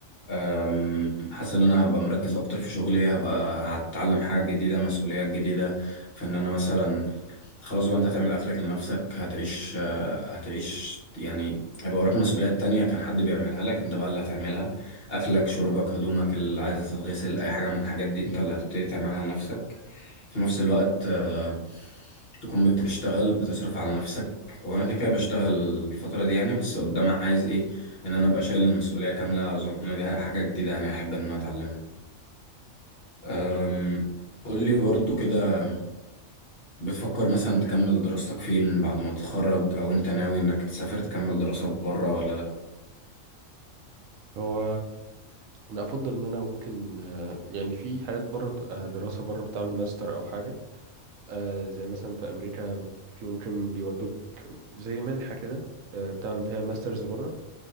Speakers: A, on the left; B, on the right.
A: أم، حاسس ان انا هبقى مركز اكتر في شغلي هبقى هتعلم حاجه جديده مسؤوليات جديده في ان انا مثلا خلاص بقى انت هتعمل اكلك لنفسك هتعيش آه، هتعيش يعني هيبقى وراك مسؤوليات تانية كان حد بيعملها لك انت بقى اللي هتعملها اكلك شربك هدومك اللي عايزة تتغسل اي حاجة من الحاجات دي انت اللي هتبتدي تعملها لنفسك في نفس الوقت آه، تكون بتشتغل بتصرف على نفسك وانا كده كده بشتغل الفترة دي يعني بس قدام عايز ايه ان انا ابقى شايل المسؤولية كاملة اظن دي حاجة جديدة يعني احب ان انا اتعلمها أم، قول لي برضو كده بتفكر مثلا تكمل دراستك فين بعد ما تتخرج او انت ناوي انك تسافر تكمل دراسة بره ولا
B: هو انا افضل ان انا ممكن آه، يعني في حاجات بره بتبقى دراسه بره بتعمل ماستر او حاجه آه، زي مثلا في امريكا في ممكن بيودوك زي منحه كده آه، بتعمل بيها ماسترز بره